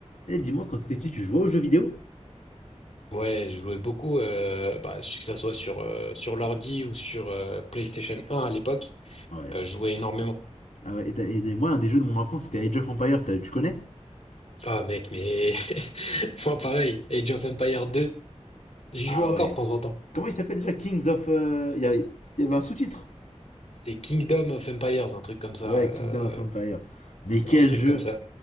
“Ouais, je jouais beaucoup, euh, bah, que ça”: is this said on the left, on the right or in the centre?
Left